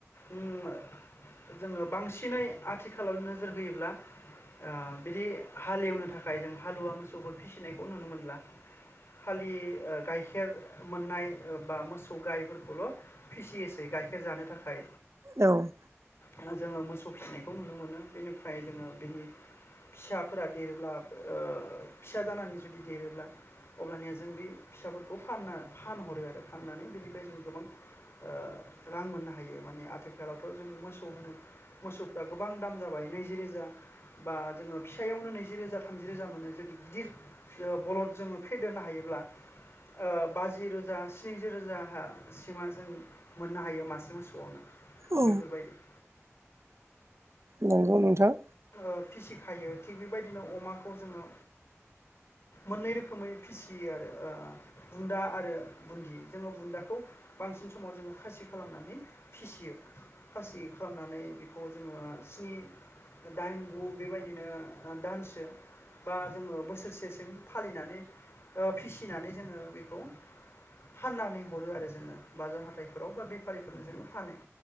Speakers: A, on the left; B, on the right.
A: उम ओ जोङो बांसिनै आथिखालाव नोजोर होयोब्ला ओ बिदि हालेवनो थाखाय जों हालुवा मोसौफोर फिसिनायखौ नुनो मोनला खालि ओ गाइखेर मोननाय ओ बा मोसौ गायफोरखौल' फिसियोसै गाइखेर जानो थाखाय
B: औ।
A: ओहो जोङो मोसौ फिसिनायखौ नुनो मोनो बेनिफ्राय जोङो बेनि फिसाफोरा देरोब्लाब ओ फिसा जानानै जुदि देरोब्ला अब्लानिया जों बि फिसाफोरखौ फानना फानहरो आरो फाननानै बिनिफ्राय जों गोबां ओ रां मोननो हायो माने आथिखालावथ' जों मोसौ होनो मोसौफ्रा गोब बां दाम जाबाय नैजि रोजा बा जोङो फिसायावनो नैजि रोजा थामजि रोजा मोनो जुदि गिदिर ओ बलद जोङो फेदेरनो हायोब्ला ओ बाजि रोजा स्निजि रोजाहा सिमा जों मोननो हायो मासे मोस <unintelligible>
B: औ
A: बेफोरबायदि
B: नंगौ नोंथां।
A: ओ फिसिखायो थिग बेबायदिनो अमाखौ जोङो मोननै रोखोमै फिसियो आरो ओ बुन्दा आरो बुन्दि जोङो बुन्दाखौ बांसिन समाव जोङो खासि खालामनानै फिसियो फासि खालामनानै बेखौ जोङो स्नि ओ दाइन गु बेबायदिनो ओ दानसो बा जोङो बोसोरसेसिम फालिनानै ओ फिसिनानै जोङो बेखौ फाननानै हरो आरो जोङो बाजार हाथाइफोराव बा बेफारिफोरनो जोङो फानो